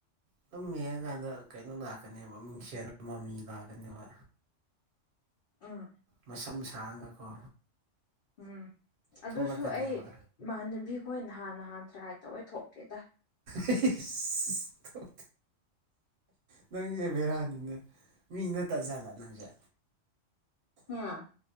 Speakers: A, on the right; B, on the left.
A: ꯑꯗꯨꯝ ꯌꯦꯡꯉꯀꯥꯟꯗ ꯀꯩꯅꯣ ꯂꯥꯛꯀꯅꯦꯕ ꯃꯤꯡꯁꯦꯜꯠꯅ ꯃꯃꯤ ꯂꯥꯛꯀꯅꯦꯕ
B: ꯑ
A: ꯃꯁꯝ ꯁꯥꯡꯒꯀꯣ
B: ꯎꯝ ꯑꯗꯨꯁꯨ
A: ꯊꯣꯛꯂꯛꯀꯅꯦꯕ
B: ꯑꯩ ꯏꯃꯥꯟꯅꯕꯤ ꯑꯩꯈꯣꯏ ꯅꯍꯥꯟ ꯅꯍꯥꯟ ꯇ꯭ꯔꯥꯏ ꯇꯧꯋꯦ ꯊꯣꯛꯀꯦꯗ
A: ꯑꯦ ꯅꯪꯁꯦ ꯕꯦꯔꯥꯅꯤꯅꯦ ꯃꯤ ꯅꯠꯇꯕ ꯖꯠꯂꯣ ꯅꯪꯁꯦ
B: ꯍꯥ